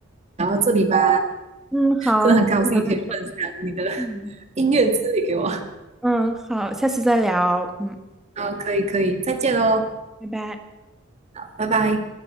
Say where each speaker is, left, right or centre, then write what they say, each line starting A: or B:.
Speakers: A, on the right (about 35°); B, in the centre.
A: 聊到这里吧，
B: 嗯，好，
A: 真的很高兴你可以分享你的
B: 聊到这
A: <laughs>
B: 嗯，
A: 音乐之旅给我。
B: 嗯，好，下次再聊。嗯，
A: 好，可以可以，再见喽，
B: 拜拜。
A: 拜拜。